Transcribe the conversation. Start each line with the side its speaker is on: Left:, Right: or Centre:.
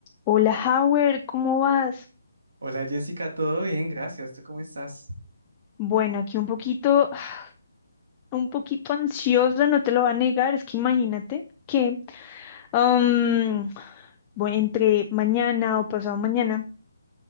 Left: Hola, Howard, ¿cómo vas?
Right: Hola Jessica, todo bien, gracias. ¿Tú cómo estás?
Left: Bueno, aquí un poquito, <sighs> un poquito ansiosa, no te lo voy a negar, es que imagínate que am, bueno, entre mañana o pasado mañana